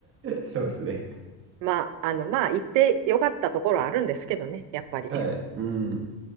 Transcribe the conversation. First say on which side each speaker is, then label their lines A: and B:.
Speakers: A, on the right; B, on the right.
A: そうですね。
B: まあ、あの、まあ、言ってよかったところはあるんですけどね、やっぱり。
A: はい。うん。